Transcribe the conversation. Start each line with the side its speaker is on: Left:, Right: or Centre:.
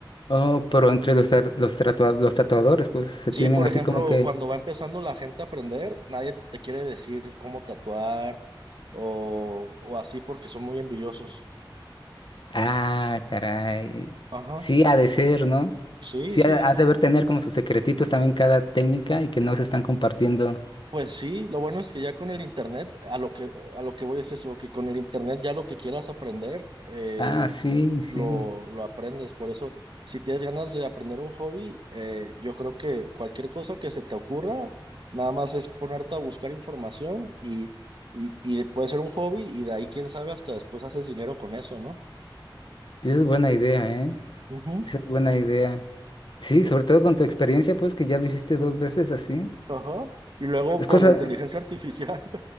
Left: Oh, pero entre los, tra- los, tratua- los tatuadores, pues, se
Right: Sí,
Left: tienen
Right: por
Left: así
Right: ejemplo,
Left: como que
Right: cuando va empezando la gente a aprender, nadie te quiere decir cómo tatuar o, o así porque son muy envidiosos.
Left: Ah, caray.
Right: Ajá,
Left: Sí ha de ser, ¿no?
Right: sí,
Left: Sí
Right: sí,
Left: ha,
Right: sí.
Left: ha de haber tener como sus secretitos también cada técnica y que no se están compartiendo.
Right: Pues sí, lo bueno es que ya con el internet, a lo que, a lo que voy es eso, que con el internet ya lo que quieras aprender, eh,
Left: Ah, sí, sí.
Right: lo, lo aprendes. Por eso, si tienes ganas de aprender un hobby, eh, yo creo que cualquier cosa que se te ocurra, nada más es ponerte a buscar información y, y, y puede ser un hobby y de ahí, quién sabe, hasta después haces dinero con eso, ¿no?
Left: Esa es buena idea, ¿eh?
Right: Ujú.
Left: Esa es buena idea. Sí,
Right: Y-
Left: sobre todo con tu experiencia, pues que ya lo hiciste dos veces así.
Right: Ajá. Y luego
Left: Es
Right: con
Left: cosa...
Right: inteligencia artificial.